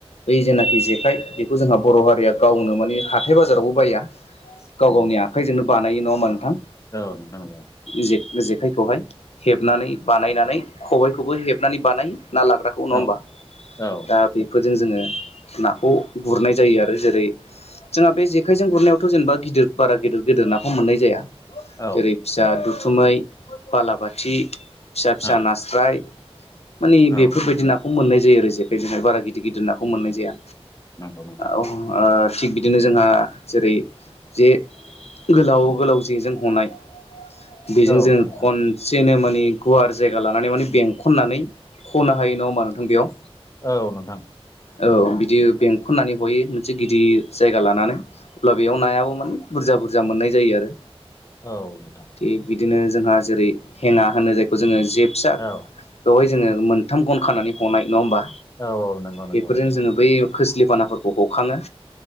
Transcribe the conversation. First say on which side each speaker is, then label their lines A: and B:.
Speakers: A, on the left; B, on the left.
A: बै जेनाखि जेखाइ बेखौ जोंहा बर' हारिया गावनो मानि हाथाय बाजारावबो बाया गाव
B: नंगौ
A: गावनि आ आखाइजोंनो बानायो नङा होमा नोंथां
B: औ नोंथां नंगौ
A: जे-जेखाइखौहाय हेबनानै बानायनानै खबायखौबो हेबनानै बानाय ना लाग्राखौ नङा
B: औ
A: होमबा
B: औ
A: दा बेफोरजों जोङो नाखौ गुरनाय जायो आरो जेरै। जोंहा बे जेखायजों गुरनायावथ' जेनेबा गिदिर बारा गिदिर गिदिर नाखौ मोननाय जाया
B: औ
A: जेरै फिसा दुथुमै बालाबाथि फिसा फिसा
B: औ
A: नास्राय। मानि
B: औ
A: बेफोरबायदि नाखौ मोननाय जायो आरो जेखाय जहाय बारा गिदिर गिदिर नाखौ मोननाय जाया।
B: नंगौ नोंथां
A: औ ओ थिग बिदिनो जोंहा जेरै जे। गोलाव गोलाव जेजों हनाय बेजों
B: औ
A: जों
B: नोंथां
A: खन जेनो मानानि गुवार जायगा लानानै माने बेंखननानै खनो हायो नङा होमा नोंथां बेयाव
B: औ नोंथां
A: औ बिदि बेंखननानै हयै मोनसे गिदिर जायगा लानानै अब्ला बेयाव नायाबो माने बुरजा बुरजा मोननाय जायो आरो
B: औ नोंथां
A: थि बिदिनो जोंहा जेरै हेना होनो जायखौ जोङो जे फसा
B: औ
A: बेवहाय जोङो मोनथाम गन खानानै हनाय नङा होमबा?
B: औ औ नंगौ नंगौ
A: बेफोरजों जोङो बै खोस्लिफानाफोरखौ हखाङो।